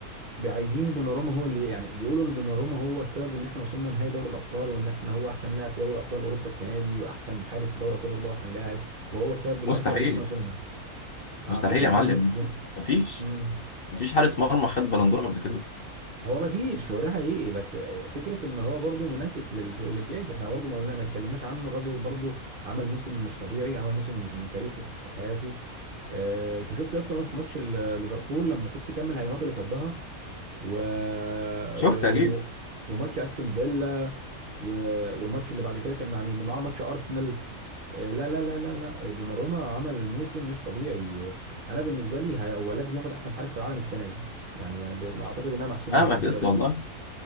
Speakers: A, on the right; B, on the left.
A: عايزين دوناروما هو اللي يعني بيقولوا ان دوناروما هو السبب ان احنا وصلنا نهائي دوري الابطال وان احنا هو احسن لاعب في دوري ابطال اوروبا السنه دي واحسن حارس في دوري ابطال اوروبا واحسن لاعب وهو السبب الاكبر
B: مستحيل
A: ان احنا وصلنا
B: مستحيل
A: اعتقد
B: يا معلم
A: دون... دون...
B: مفيش
A: مم.
B: مفيش حارس مرمى خد بلندور قبل كده
A: هو ما فيش هو ده حقيقي بس فكره ان هو برضو منافس للب- للجائزه احنا برضو ما قلنا ما اتكلمناش عنه الراجل برضو عمل موسم مش طبيعي عمل موسم تاريخي في حياته آه، انت شفت يا اسطى في ماتش ال- ليفربول لما شفت كم الهجمات اللي صدها و...
B: شفت
A: و...
B: اكيد
A: و... وماتش استون فيلا و... والماتش اللي بعد كده كان مع مين؟ معاه ماتش ارسنال آه، لا لا لا لا لا دوناروما عمل موسم مش طبيعي آه، انا بالنسبه لي هي- هو لازم ياخد احسن حارس في العالم السنه دي يعني ب- اعتقد انها محسومه
B: فاهمك
A: بالنسبه
B: قلت
A: له
B: والله
A: يعني